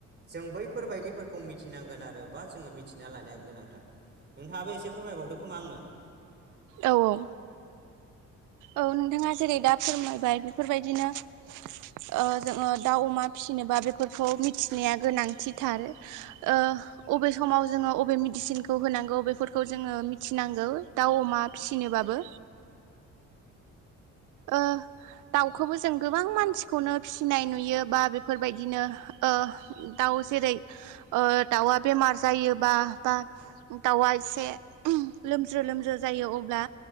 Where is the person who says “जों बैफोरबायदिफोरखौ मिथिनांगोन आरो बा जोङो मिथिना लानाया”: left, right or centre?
Right